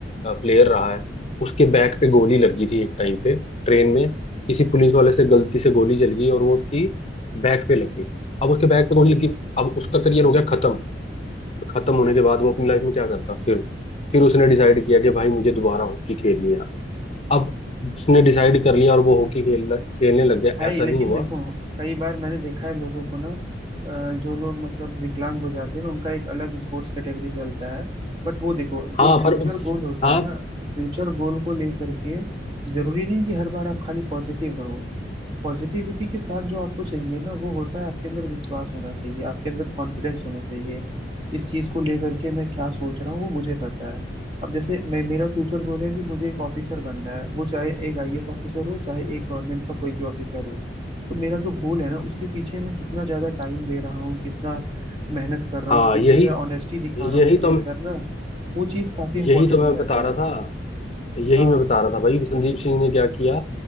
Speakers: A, on the left; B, on the right.
A: प्लेयर रहा है उसके बैक पे गोली लग गई थी एक टाइम पे ट्रेन में किसी पुलिस वाले से गलती से गोली चल गई और वो उसकी बैक पे लग गई अब उसके बैक पे गोली लगी अब उसका करियर हो गया खत्म तो खत्म होने के बाद वो अपनी लाइफ में क्या करता फिर फिर उसने डिसाइड किया कि भाई मुझे दोबारा हॉकी खेलनी है अब उसने डिसाइड कर लिया और वो हॉकी खेल खेलने लग गया
B: भाई
A: ऐसा
B: लेकिन
A: नहीं हुआ
B: देखो कई बार मैंने देखा है लोगों को ना अ, जो लोग मतलब विकलांग हो जाते हैं ना उनका एक अलग स्पोर्ट्स कैटेगरी चलता है बट वो देखो
A: हाँ
B: जो फ्यूचर
A: पर
B: गोल होता
A: हाँ
B: है ना फ्यूचर गोल को लेकर के जरूरी नहीं कि हर बार आप खाली पॉजिटिव रहो पॉजिटिविटी के साथ जो आपको चाहिए ना वो होता है आपके अंदर विश्वास होना चाहिए आपके अंदर कॉन्फिडेंस होना चाहिए इस चीज को लेकर के मैं क्या सोच रहा हूँ वो मुझे पता है अब जैसे मैं मेरा फ्यूचर गोल है कि मुझे एक ऑफिसर बनना है वो चाहे एक आईएएस ऑफिसर हो चाहे एक गवर्नमेंट का कोई भी ऑफिसर हो तो मेरा जो गोल है ना उसके पीछे मैं कितना ज्यादा टाइम दे रहा हूँ कितना मेहनत कर रहा
A: हाँ
B: हूँ कितनी
A: यही
B: मैं ऑनेस्टी दिखा
A: यही
B: रहा हूँ अपने
A: तो
B: अंदर
A: मैं
B: ना वो चीज काफी
A: यही
B: इंपॉर्टेंट
A: तो मैं
B: हो जाती
A: बता रहा
B: है
A: था यही
B: हाँ
A: मैं
B: हाँ
A: बता रहा था भाई संदीप सिंह ने क्या किया